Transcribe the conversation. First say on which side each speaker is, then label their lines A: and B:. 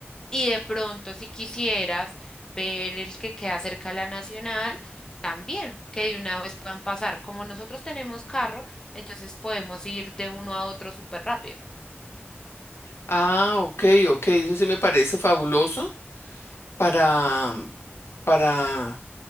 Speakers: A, on the left (about 15°); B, on the left (about 70°).
A: y de pronto, si quisieras ver el que queda cerca a la Nacional, también, que de una vez puedan pasar. Como nosotros tenemos carro, entonces podemos ir de uno a otro súper rápido.
B: Ah, ok, ok, eso sí me parece fabuloso para, para,